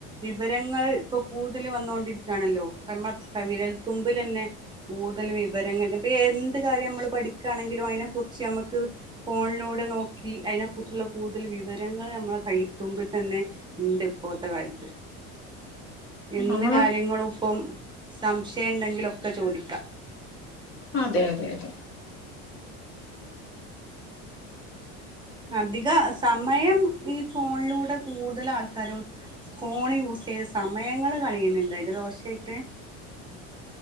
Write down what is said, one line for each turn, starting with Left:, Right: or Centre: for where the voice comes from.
Right: വിവരങ്ങൾ ഇപ്പൊ കൂടുതൽ വന്നോണ്ടിരിക്കുകയാണല്ലോ. വിരൽത്തുമ്പിൽ തന്നെ കൂടുതൽ വിവരങ്ങൾ, ഇപ്പൊ എന്ത് കാര്യം നമ്മൾ പഠിക്കുകയാണെങ്കിലും അതിനെ കുറിച്ച് നമ്മുക്ക് ഫോണിലൂടെ അതിനെ കുറിച്ചുള്ള കൂടുതൽ വിവരങ്ങൾ, നമ്മെ കൈത്തുമ്പിൽ തന്നെ ഉണ്ട് ഇപ്പോഴത്തെ കാലത്ത്. എന്ത്
Left: നമ്മള്
Right: കാര്യങ്ങളും ഇപ്പം. സംശയം ഇണ്ടെങ്കിലൊക്കെ ചോദി
Left: അതെ അതെ അതെ.
Right: അധിക സമയം ഈ ഫോണിലൂടെ കൂടുതൽ ആൾക്കാരും ഫോണ് യൂസ് ചെയ്ത് സമയങ്ങള് കളയുന്നിണ്ട് ദോഷായിട്ട്.